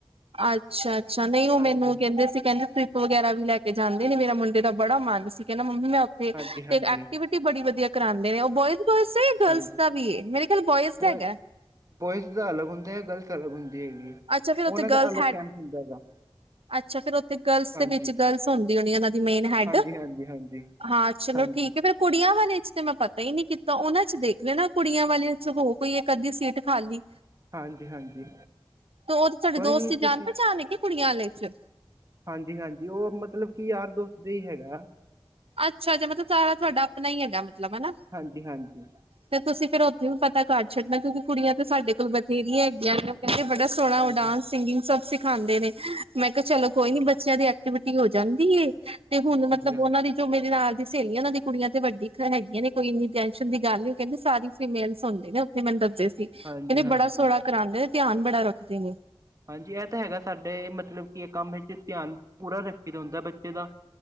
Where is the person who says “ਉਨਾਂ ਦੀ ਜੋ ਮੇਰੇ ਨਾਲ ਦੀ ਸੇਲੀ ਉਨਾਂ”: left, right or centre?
Right